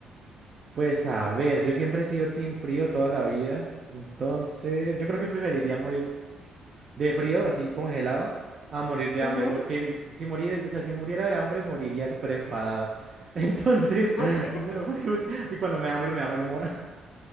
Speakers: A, on the right; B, on the left.
A: Pues a ver, yo siempre he sido team frío toda la vida, entonces yo creo que preferiría morir de frío, así congelado, a morir de hambre,
B: Ujú,
A: porque m- si morir, o sea, si muriera de hambre moriría súper enfadado. <laughs> Entonces,
B: Porque
A: <laughs>
B: <laughs>
A: porque me- y cuando me da hambre me da mal humor.